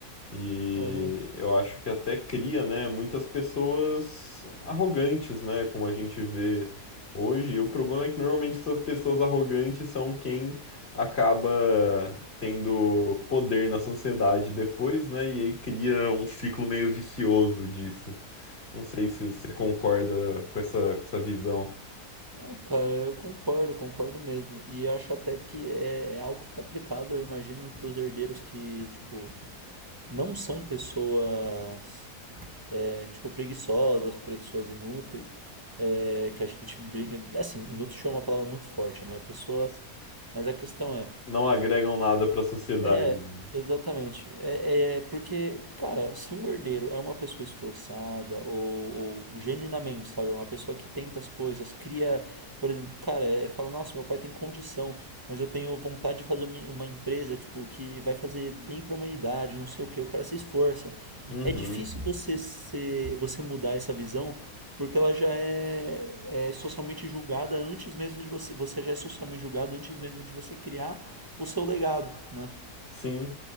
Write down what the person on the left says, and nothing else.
E
eu acho que até cria, né, muitas pessoas arrogantes, né? Como a gente vê hoje. E o problema é que normalmente essas pessoas arrogantes são quem acaba tendo poder na sociedade depois, né? E aí cria um ciclo meio vicioso disso. Não sei se você concorda com essa, com essa visão.
Não agregam nada para a sociedade.
né?
Uhum.
Sim,